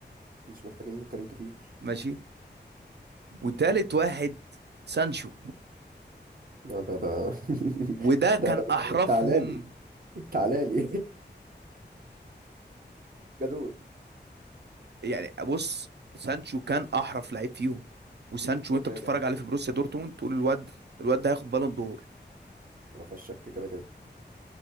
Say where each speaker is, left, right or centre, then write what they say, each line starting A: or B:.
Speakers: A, on the right; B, on the right.
A: مش محتاجين نتكلم كتير
B: ماشي وتالت واحد سانشو
A: لا ده ده <laughs>
B: وده كان
A: ده ده ده-
B: احرفهم
A: <laughs> تعالى لي تعالى لي <laughs> جدول
B: يعني بص سانشو كان احرف لعيب فيهم وسانشو
A: ده
B: وانت
A: كده
B: بتتفرج
A: كده
B: عليه في بروسيا دورتموند تقول الواد الواد ده هياخد بالون دور
A: ما فيهاش شك كده كده